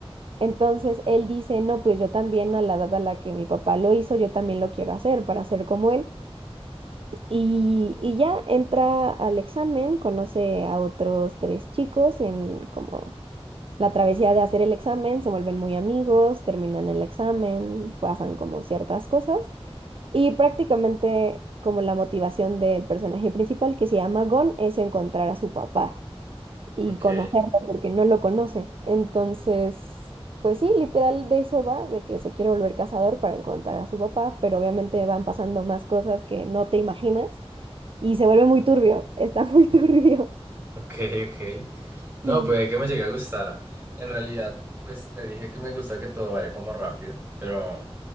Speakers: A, on the right (about 60°); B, on the right (about 20°).
A: Entonces él dice, no, pues yo también a la edad a la que mi papá lo hizo, yo también lo quiero hacer para ser como él. Y, y ya entra al examen, conoce a otros tres chicos en como la travesía de hacer el examen, se vuelven muy amigos, terminan el examen, pasan como ciertas cosas. Y prácticamente como la motivación del personaje principal, que se llama Gon, es encontrar a su papá y
B: Ok.
A: conocerlo porque no lo conoce. Entonces, pues sí, literal de eso va, de que se quiere volver cazador para encontrar a su papá, pero obviamente van pasando más cosas que no te imaginas. Y se vuelve muy turbio, está muy <laughs> turbio.
B: Ok, ok. No,
A: Sí.
B: puede que me llegue a gustar. En realidad, pues te dije que me gusta que todo vaya como rápido, pero